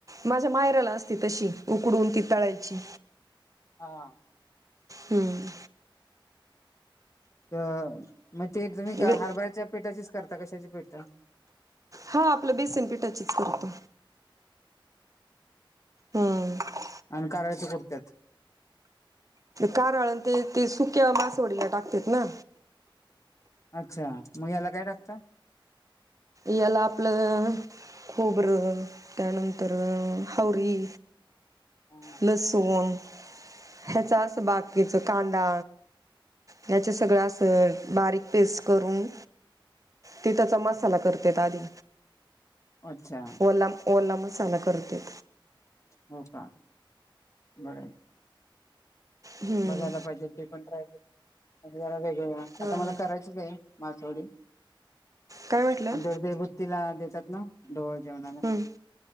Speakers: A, on the right (about 40°); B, on the left (about 35°).
A: माझ्या मायराला असती तशी उकडून ती तळायची
B: हा
A: हम्म
B: अ मग ते तुम्ही
A: वे
B: हारबराच्या पेठाचीच करता कशाची पेठ
A: हा आपलं बेसन पिठाचीच करतो हम्म
B: आणि करायच्या कुर्त्यात
A: कारळ ते ते सुक्या बसवडीला टाकतेात ना
B: अच्छा मग याला काय टाकत
A: याला आपलं खोबरं त्यानंतर हावरी
B: हम
A: लसूण ह्याचा असं बाकीचं कांदा याचे सगळं अस बारीक पेस्ट करून ते त्याचा मस्त कर आधी
B: अच्छा
A: ओला ओला मसाला करते
B: हो का बरं
A: हम्म.
B: बघायला पाहिजे ते पणय जरा वेग
A: हा
B: आता
A: हा
B: मला करायचीच आहे मासोडी
A: काय म्हटलं?
B: आमच्या ते बुत्तीला देतात ना ढोळ जेवणाला
A: हम्म